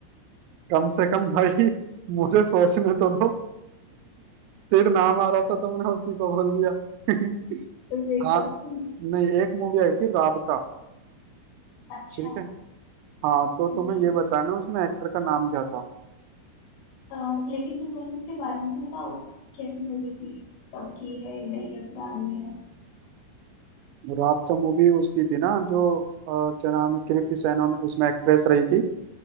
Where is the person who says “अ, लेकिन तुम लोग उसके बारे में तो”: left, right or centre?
Left